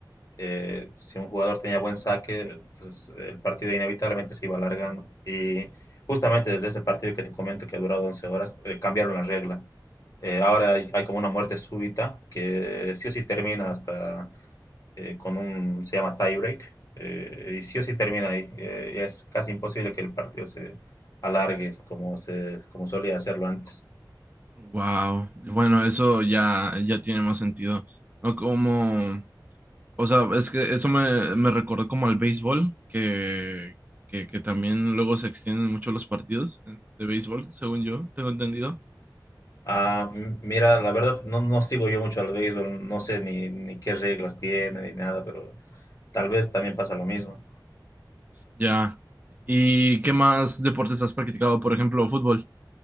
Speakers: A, on the left; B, on the right.
A: eh, si un jugador tenía buen saque, entonces el partido inevitablemente se iba alargando. Y justamente desde ese partido que te comento que ha durado 11 horas, eh, cambiaron la regla. Eh, ahora hay, hay, como una muerte súbita que sí o sí termina hasta eh, con un, se llama tiebreak, eh, y sí o sí termina ahí. Eh, Y es casi imposible que el partido se alargue como, se, como solía hacerlo antes.
B: wow. Bueno, eso ya, ya tiene más sentido. No como. O sea, es que eso me, me recordó como al béisbol, que, que, que también luego se extienden mucho los partidos eh, de béisbol, según yo tengo entendido.
A: Ah, m- mira, la verdad no, no sigo yo mucho al béisbol, no sé ni, ni qué reglas tiene ni nada, pero Tal vez también pasa lo mismo.
B: Ya. ¿Y qué más deportes has practicado? Por ejemplo, fútbol.